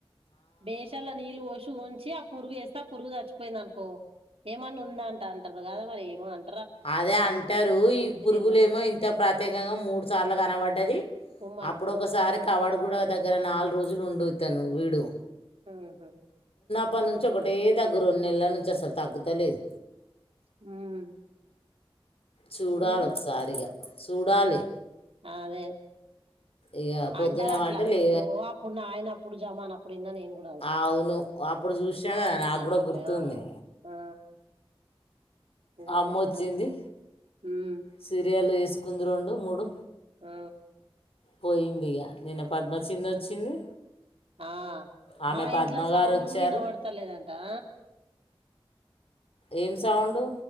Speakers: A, on the right; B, on the left.
A: డేషాల నీళ్ళు పోసి ఊం చ్చి ఆ పురుగు ఎస్తే ఆ పురుగు చచ్చిపోయింది అనుకో ఏమన్నా ఉందా అంట అంటారు కదా మరి ఏమో అన్
B: అదే అంటారు ఈ పురుగులు
A: తెల్వదు.
B: ఏమో ఇంత ప్రత్యేకంగా మూడు సార్లు కనబడ్డది
A: కుమ్మరి
B: అప్పుడు
A: పురుగు.
B: ఒకసారి కవాడ కూడా దగ్గర నాలుగు రోజులు ఉండు తను వీడు
A: ఉ హు
B: అప్పటి నుంచి ఒకటే దగ్గురు నెల నుంచి అసలు తగ్గుతలేదు
A: ఉమ్
B: చూడాలి
A: ఉమ్,
B: ఒకసారిగా చూడాలి
A: ఆమె
B: ఇక పొద్దున
A: అంటరు అట్లా
B: అంటే
A: అని
B: లే
A: ఓ అప్పుడు నాయినా నప్పుడు జమా అనప్పుడు ఇన్నా నేను కూడా అది
B: అవును అప్పుడు చూసినా
A: నాయినకు
B: కదా నాకు
A: అంటుండే
B: కూడా గుర్తుంది
A: ఆ ఆ ఇంక అప్పుడు
B: అమ్మ
A: విన్నాం
B: వచ్చింది
A: ఉమ్,
B: సీరియల్ చుస్ కుందు రెండు మూడు
A: ఆ
B: పోయింది ఇగ నిన్న పద్మచిన్న
A: ఆ.
B: వచ్చింది
A: ఆ
B: ఆమె
A: మా
B: పద్మ
A: ఇంట్లో సౌండ్
B: గారు వచ్చారు
A: కూడా ఇనబడత లేదంటా
B: ఏం సౌండు